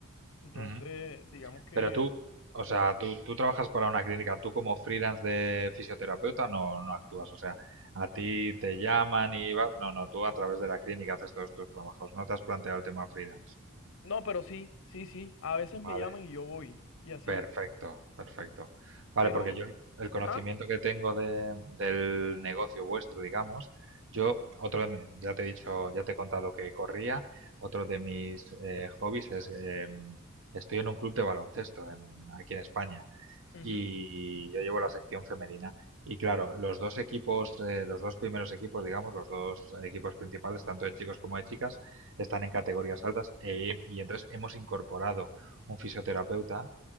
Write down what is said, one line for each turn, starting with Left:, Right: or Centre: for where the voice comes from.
Left: Entonces,
Right: Ujú.
Left: digamos que...
Right: Pero tú, o sea, tú, tú trabajas para una clínica, tú como freelance de fisioterapeuta no, no actúas, o sea, a ti te llaman y vas, no, no, tú a través de la clínica haces todos tus trabajos, no te has planteado el tema freelance.
Left: No, pero sí, sí, sí. A veces
Right: Vale,
Left: me llaman y yo voy y así.
Right: perfecto, perfecto. Vale,
Left: Pero,
Right: porque yo el conocimiento
Left: ah,
Right: que tengo de, del negocio vuestro, digamos, yo, otro de, mi- ya te he dicho, ya te he contado que corría, otro de mis eh, hobbies es, em, estoy en un club de baloncesto en- aquí en España.
Left: ujú,
Right: y yo llevo la sección femenina. Y claro, los dos equipos, eh, los dos primeros equipos, digamos, los dos equipos principales, tanto de chicos como de chicas, están en categorías altas e- y entonces hemos incorporado un fisioterapeuta